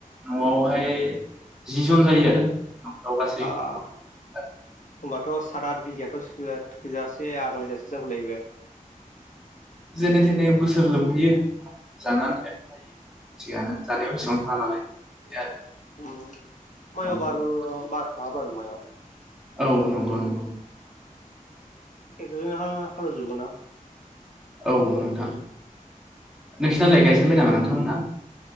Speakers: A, in the centre; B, on the left.
A: न'आवहाय जि जन जायो आरो। न'खराव गासै
B: आ होनबाथ'
A: गथ'
B: स- सात आथ बिगायाथ' सोआ थोजासे आग्लायजासे जागुलायो बे
A: जेने थेने बोसोर लोमहैयो जानो आन्थाया जायो थिगानो जानायाव एसेबां थाङा नालाय बे आरो
B: <unintelligible>
A: औ
B: बालमायाव
A: औ नंगौ नंगौ
B: जोंहा हालोवजोबो ना
A: औ नोंथां नोंसिनालाय गायजेनबाय नामा नोंथांमोना?